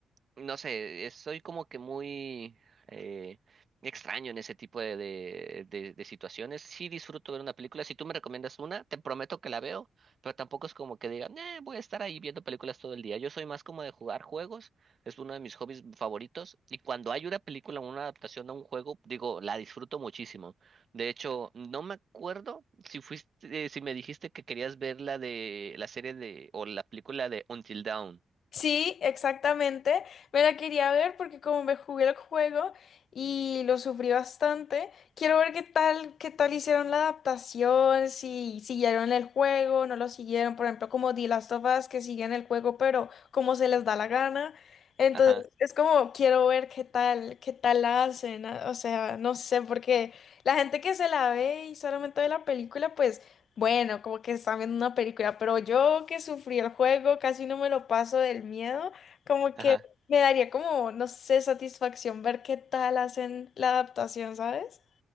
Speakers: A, on the right; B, on the left.
A: no sé, es- soy como que muy eh, extraño en ese tipo de, de, de- de situaciones. Sí disfruto ver una película. Si tú me recomiendas una, te prometo que la veo, pero tampoco es como que diga, "Nah, voy a estar ahí viendo películas todo el día. Yo soy más como de jugar juegos, es uno de mis hobbies favoritos. Y cuando hay una película, o una adaptación a un juego, digo, la disfruto muchísimo. De hecho, no me acuerdo si fuiste, eh, si me dijiste que querías ver la de la serie de o la película de Until Dawn.
B: Sí, exactamente. Me la quería ver porque como me jugué el juego y lo sufrí bastante, quiero ver qué tal, qué tal hicieron la adaptación, si siguieron el juego, no lo siguieron, por ejemplo, como The Last of Us que siguen el juego, pero como se les da la gana. Entonces,
A: Ajá,
B: es como quiero ver qué tal, qué tal la hacen, ah, o sea, no sé, porque la gente que se la ve y solamente ve la película, pues bueno, como que están viendo una película, pero yo que sufrí el juego, casi no me lo paso del miedo, como
A: ajá.
B: que me daría como, no sé, satisfacción ver qué tal hacen la adaptación, ¿sabes?